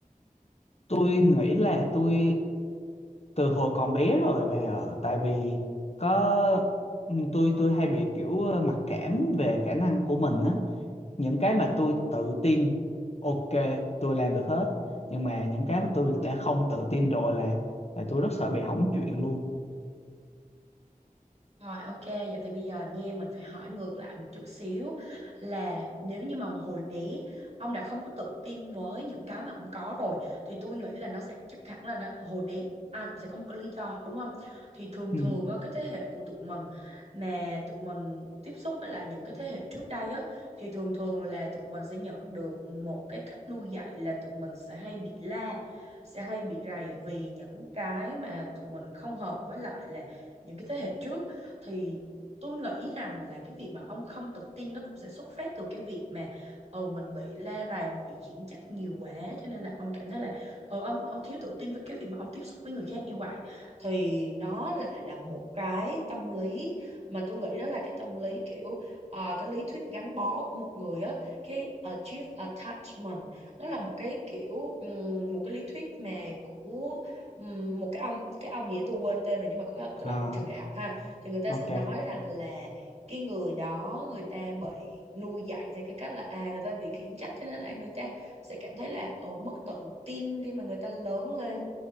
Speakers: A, on the left; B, on the right.
A: tôi nghĩ là tôi từ hồi còn bé rồi bà ạ. tại vì có ừ, tôi tôi hay bị kiểu ờ, mặc cảm về khả năng của mình á những cái mà tôi tự tin ok tôi làm được hết nhưng mà những cái mà tôi đã không tự tin rồi là là tôi rất sợ bị hỏng chuyện luôn
B: Rồi ok, vậy thì bây giờ nha mình phải hỏi ngược lại một chút xíu là nếu như mà hồi bé ông đã không có tự tin với những cái mà ông có rồi thì tôi nghĩ là nó sẽ chắc hẳn là nó, hồi bé ai cũng sẽ có một cái lý do đúng không? Thì thường
A: ừ.
B: thường á, cái thế hệ của tụi mình mà tụi mình tiếp xúc với lại những cái thế hệ trước đây á thì thường thường là tụi mình sẽ nhận được một cái cách nuôi dạy là tụi mình sẽ hay bị la sẽ hay bị rầy vì những cái mà tụi mình không hợp với lại là những cái thế hệ trước thì tôi nghĩ rằng là cái việc mà ông không tự tin nó cũng sẽ xuất phát từ cái việc mà ừ, mình bị la rầy mình bị khiển trách nhiều quá cho nên là ông cảm thấy là ừ, ông ông thiếu tự tin với cái việc mà ông tiếp xúc với người khác như vậy thì nó lại là một cái tâm lý mà tôi nghĩ đó là cái tâm lý kiểu ờ, cái lý thuyết gắn bó của một người á cái achieve attachment nó là một cái kiểu ừm, một cái lý thuyết mà của ừm, một cái ông cái ông gì đó tôi quên tên rồi nhưng mà có cái
A: à,
B: đó của trường đại học ha thì người ta
A: ok
B: sẽ nói rằng là cái người đó người ta bị nuôi dạy theo cái cách là à người ta bị khiển trách cho nên là người ta sẽ cảm thấy là ừ, mất tự tin khi mà người ta lớn lên